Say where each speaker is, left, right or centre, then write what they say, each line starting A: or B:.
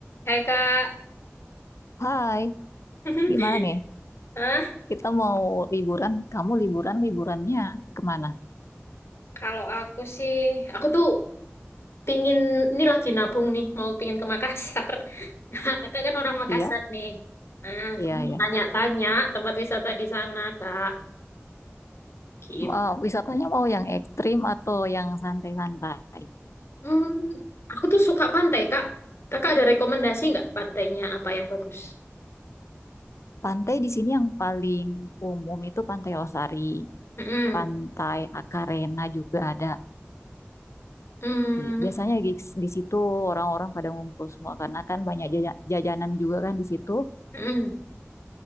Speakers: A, on the left; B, on the left.
A: Hai Kak,
B: Hai,
A: <laughs>
B: gimana nih?
A: Hah?
B: Kita mau liburan. Kamu liburan, liburannya kemana?
A: Kalau aku sih, aku tuh pingin, ini lagi nabung nih, mau pingin ke Makassar. <laughs> Nah, kakak kan orang Makassar
B: Iya,
A: nih. Nah, aku
B: iya,
A: mau
B: iya.
A: tanya-tanya tempat wisata di sana, Kak. Gitu.
B: Eh, wisatanya mau yang ekstrim atau yang santai-santai?
A: Hmm, aku tuh suka pantai, Kak. Kakak ada rekomendasi nggak pantainya apa yang bagus?
B: Pantai di sini yang paling umum itu Pantai Losari,
A: Mm-mm.
B: Pantai Akarena juga ada.
A: Hmm,
B: Di- Biasanya di, di situ orang-orang pada ngumpul semua karena kan banyak jaja- jajanan juga kan di situ.
A: mm-mm.